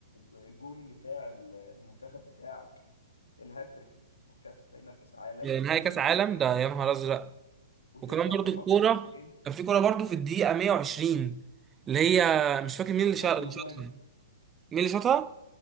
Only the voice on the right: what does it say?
يعني
نهائي كاس عالم
ده يا نهار ازرق
وكمان برضو
الكوره
كان في كوره برضو في الدقيقه 120 اللي هي مش فاكر مين اللي شا-
اللي شاطها مين اللي شاطها